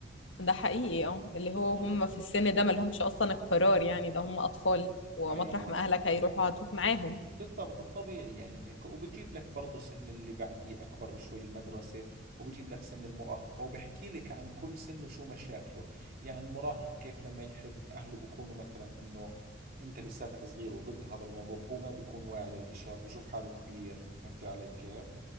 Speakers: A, on the left; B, on the right.
A: ده حقيقي اه اللي
B: بالضبط
A: هو هم في السن ده ما لهمش اصلا القرار يعني ده هم اطفال ومطرح
B: ايوه
A: ما اهلك هيروحوا هتروح معاهم
B: بالضبط الطبيعي يعني هيك وبجيب لك برضه سن اللي بعديه أكبر بشوي المدرسة وبجيب لك سن المراهقة وبحكي لك عن كل سن وشو مشاكله يعني المراهق كيف لما يحب أهله بكونوا مثلا إنه أنت لساتك صغير وضد هذا الموضوع هو ما بيكون واعي للإشي هذا بشوف حاله كبير فهمتي علي كيف